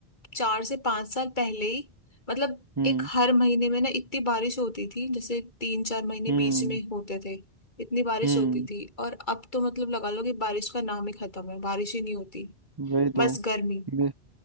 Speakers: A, on the left; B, on the right.
A: चार से पांच साल पहले ही मतलब
B: हम्म
A: एक हर महीने में ना इतनी बारिश होती थी जैसे तीन चार महीने
B: हम्म
A: बीच में होते थे इतनी बारिश
B: हम्म
A: होती थी और अब तो मतलब लगा लो कि बारिश का नाम ही खत्म है बारिश ही नहीं होती
B: वही
A: बस
B: तो
A: गर्मी
B: मे,